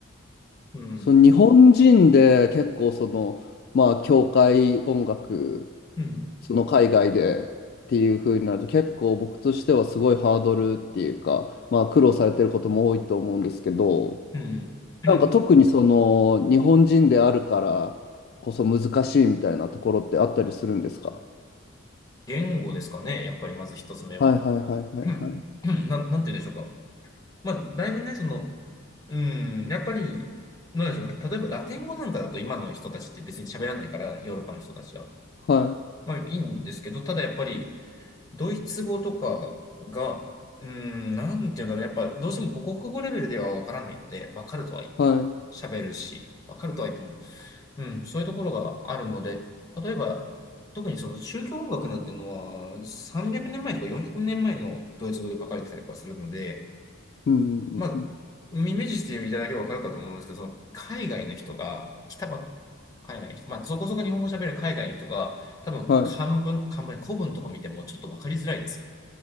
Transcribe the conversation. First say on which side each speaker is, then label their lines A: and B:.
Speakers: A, on the left; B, on the left.
A: うん、
B: その日本人で結構その、まあ、教会音楽、
A: うん、
B: その海外でっていう風になると結構僕としてはすごいハードルっていうか、まあ、苦労されてることも多いと思うんですけど、
A: うん。<clears throat>
B: なんか特にその日本人であるからこそ難しいみたいなところってあったりするんですか
A: 言語ですかね、やっぱりまず一つ目は。
B: はいはいはいはいはい。
A: うん、うんなん、なんて言うんでしょうか。まあ、だいぶね、その、うん、やっぱり、なんでしょうか。た例えばラテン語なんかだと今の人たちって別に喋らないから、ヨーロッパの人たちは。
B: はい
A: まあいいんですけど、ただやっぱり、ドイツ語とかが、うーん、なんていうんだろう。やっぱどうしても母国語レベルではわからないので、わかるとは言っても、
B: はい。
A: 喋るし、わかるとは言っても、うん、そういうところがあるので、例えば、特にその宗教音楽なんてのは、300年前とか400年前のドイツ語で書かれてたりとかするので、
B: うんうんうんうん。
A: まあ、イメージしていただければわかるかと思うんですけど、その海外の人が、来たばっ海外の人、まあ、そこそこ日本語喋れる海外の人が、多分漢文、
B: はい。
A: 漢文、古文とか見てもちょっとわかりづらいですよね。